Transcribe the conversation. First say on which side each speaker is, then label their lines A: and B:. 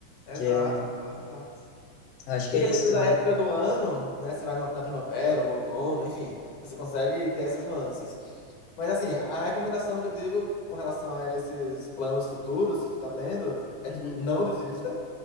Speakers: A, on the left (about 60°); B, on the left (about 75°).
A: exato,
B: Que é,
A: exato, exato.
B: acho que
A: E
B: é
A: dependendo
B: isso também.
A: da época do ano, né? Se vai no- na primavera ou no outono, enfim, você consegue ter essas nuances. Mas assim, a recomendação que eu digo com relação a esses planos futuros que tu tá tendo é
B: Uhum.
A: tipo, não desista.